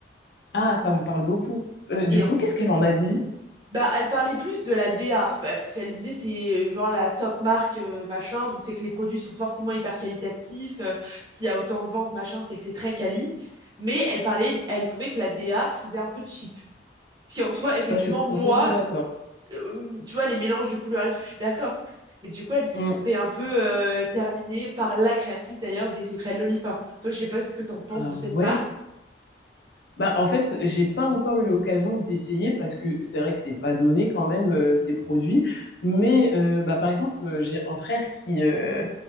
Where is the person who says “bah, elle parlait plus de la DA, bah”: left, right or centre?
Right